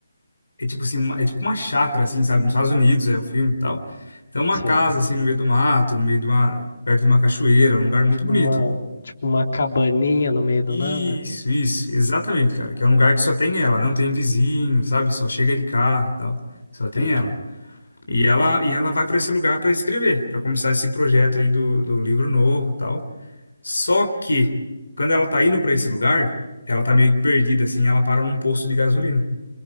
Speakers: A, on the left (about 75°); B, on the left (about 55°).
A: é tipo assim, uma- é tipo uma chácara, assim, sabe? Nos Estados Unidos é o filme e tal. Então, uma
B: Sei.
A: casa, assim, no meio do mato, no meio de uma, perto de uma cachoeira, um lugar muito
B: Tipo
A: bonito.
B: uma, tipo uma cabaninha no meio do
A: Isso,
B: nada?
A: isso, exatamente, cara. Que é um lugar que só tem ela, não tem vizinho, sabe? Só chega de carro e tal. Só tem
B: Entendi.
A: ela. E ela, e ela vai para esse lugar para escrever, para começar esse projeto aí do, do livro novo e tal. Só que, quando ela tá indo para esse lugar, ela tá meio que perdida, assim, ela para num posto de gasolina.